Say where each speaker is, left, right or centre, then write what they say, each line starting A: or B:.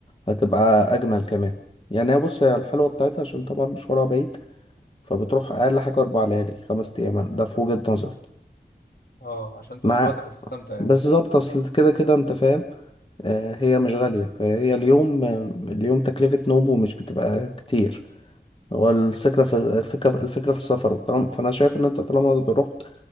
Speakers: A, on the left; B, on the left.
A: هتبقى أجمل كمان يعني هي بص هي الحلوة بتاعتها عشان طبعا مشوارها بعيد فبتروح أقل حاجة أربع ليالي خمس أيام ده في وجهة نظري
B: اه عشان تاخد
A: مع
B: وقتك وتستمتع يعني
A: بالظبط اصل كده كده انت فاهم آه، هي مش غالية فهي اليوم آه، اليوم تكلفة نومه مش بتبقى كتير هو الفكرة في الفكرة الفكرة في السفر وطالما- فأنا شايف إن أنت طالما رحت